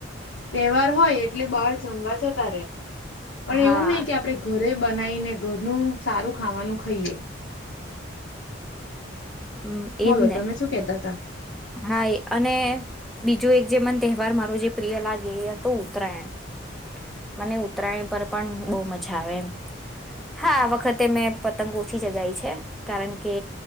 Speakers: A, on the left; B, in the centre.
A: તહેવાર હોય એટલે બહાર જમવા જતા રે. પણ
B: હા
A: એવું નહી કે આપણે ઘરે બનાઈને ઘરનું સારું ખાવાનું ખાઈએ.
B: હમ્મ, એજ
A: બોલો
B: ને.
A: તમે શું કેતા તા
B: હા એ અને બીજું એક જે મન તહેવારમાં જે પ્રિય લાગે એ હતો ઉત્તરાયણ મને ઉત્તરાયણ પર પણ બહુ મજા આવે હા આ વખતે મેં પતંગ ઓછી ચગાય છે કારણ કે